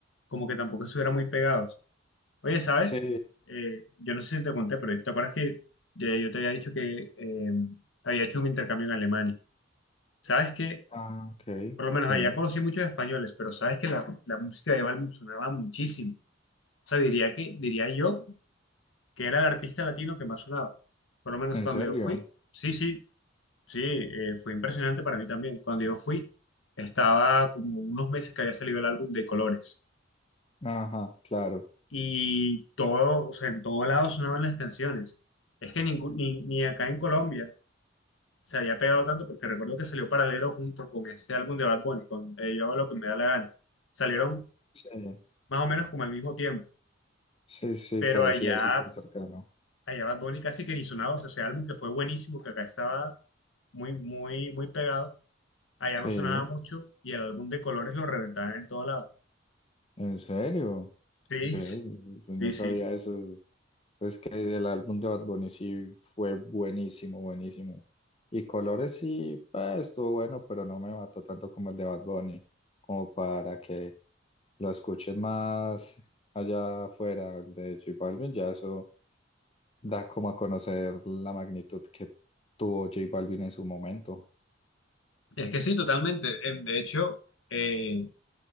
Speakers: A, on the left; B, on the left.
A: como que tampoco estuvieran muy pegados. Oye, ¿sabes?
B: Sí,
A: Eh, yo no sé si te conté, pero ¿te acuerdas que ya yo te había dicho que eh, había hecho un intercambio en Alemania? ¿Sabes que
B: ah, ok,
A: Por lo menos
B: sí,
A: allá conocí muchos españoles, pero sabes que la, la música de Balvin sonaba muchísimo. O sea, diría que, diría yo, que era el artista latino que más sonaba. Por lo menos
B: en
A: cuando
B: serio,
A: yo fui, sí, sí, sí, eh, fue impresionante para mí también. Cuando yo fui, estaba como unos meses que había salido el álbum de Colores
B: ajá, claro,
A: y todo, o sea, en todo lado sonaban las canciones. Es que ningú- ni, ni acá en Colombia se había pegado tanto porque recuerdo que salió paralelo junto con este álbum de Bad Bunny, con eh, Yo hago lo que me da la gana. Salieron
B: sí,
A: más o menos como al mismo tiempo,
B: sí, sí,
A: pero
B: parecido
A: allá,
B: así como cercano,
A: allá Bad Bunny casi que ni sonaba, o sea, ese álbum que fue buenísimo, que acá estaba muy, muy, muy pegado. Allá
B: sí,
A: no sonaba mucho y el álbum de colores lo reventaban en todo lado.
B: en serio,
A: Sí,
B: Ve, yo
A: sí,
B: no
A: sí.
B: sabía eso, Es que el álbum de Bad Bunny sí fue buenísimo, buenísimo. Y Colores sí, eh, estuvo bueno, pero no me mató tanto como el de Bad Bunny, como para que lo escuches más allá afuera. El de J Balvin, ya eso da como a conocer la magnitud que tuvo J Balvin en su momento.
A: Es que sí, totalmente. Eh, De hecho, eh,